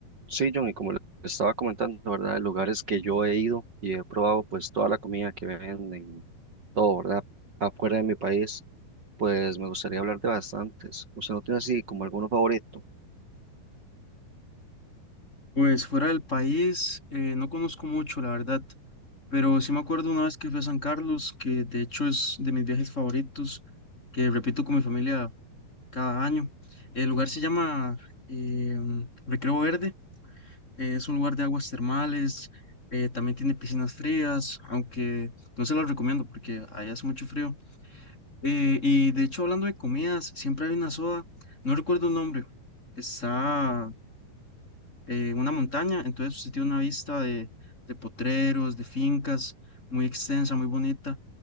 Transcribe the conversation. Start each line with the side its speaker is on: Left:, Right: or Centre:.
Right: Sí, John, y como le estaba comentando, ¿verdad? De lugares que yo he ido y he probado, pues toda la comida que venden, todo, ¿verdad? Afuera de mi país, pues me gustaría hablar de bastantes. ¿Usted no tiene así como alguno favorito?
Left: Pues fuera del país, eh, no conozco mucho, la verdad, pero sí me acuerdo una vez que fui a San Carlos, que de hecho es de mis viajes favoritos, que repito con mi familia cada año. El lugar se llama eh, Recreo Verde, eh, es un lugar de aguas termales, eh, también tiene piscinas frías, aunque no se las recomiendo porque allá hace mucho frío. Eh, y de hecho, hablando de comidas, siempre hay una soda, no recuerdo el nombre, está eh, una montaña, entonces usted tiene una vista de, de potreros, de fincas, muy extensa, muy bonita,